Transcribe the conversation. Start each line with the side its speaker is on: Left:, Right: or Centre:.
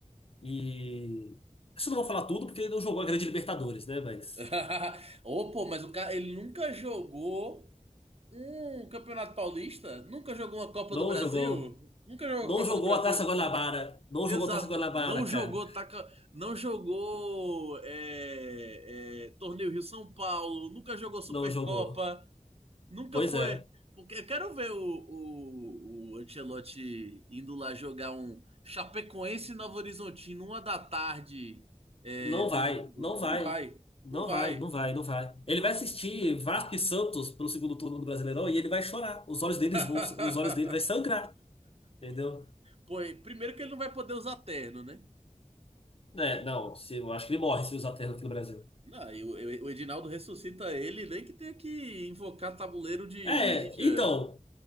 Left: e. Acho que eu não vou falar tudo porque ele não jogou a Grande Libertadores, né? Mas.
Right: <laughs> Ô, pô, mas o cara, ele nunca jogou um Campeonato Paulista? Nunca jogou uma Copa
Left: Não
Right: do Brasil?
Left: jogou.
Right: Nunca jogou
Left: Não
Right: a Copa
Left: jogou
Right: do Brasil?
Left: a Taça Guanabara. Não
Right: Exato,
Left: jogou a Taça Guanabara,
Right: não
Left: cara.
Right: jogou taca, não jogou é, é, torneio Rio São Paulo, nunca jogou Supercopa,
Left: Não jogou.
Right: nunca
Left: Pois
Right: foi.
Left: é.
Right: Porque eu quero ver o, o, o Ancelotti indo lá jogar um Chapecoense e Novo Horizontino, uma da tarde, é,
Left: Não
Right: domingo.
Left: vai, não vai.
Right: Não vai,
Left: Não
Right: não vai.
Left: vai, não vai, não vai. Ele vai assistir Vasco e Santos pelo segundo turno do Brasileirão e ele vai chorar. Os olhos deles
Right: <laughs>
Left: vão, os olhos dele vai sangrar, entendeu?
Right: Pô, e primeiro que ele não vai poder usar terno, né?
Left: É, não, se, eu acho que ele morre se usar terno aqui no Brasil.
Right: Não, e o, o Edinaldo ressuscita ele, nem que tenha que invocar tabuleiro de
Left: É,
Right: Ouija.
Left: então,